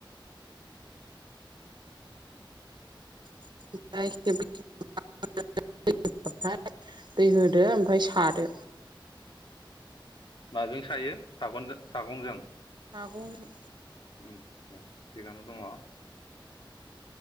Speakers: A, on the right (about 60°); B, on the left (about 65°).
A: <unintelligible> <unintelligible> दै होदो ओमफ्राय सादो
B: माजों सायो सागनजो सागंजों
A: सागंजों
B: आतसा थिगानो दङ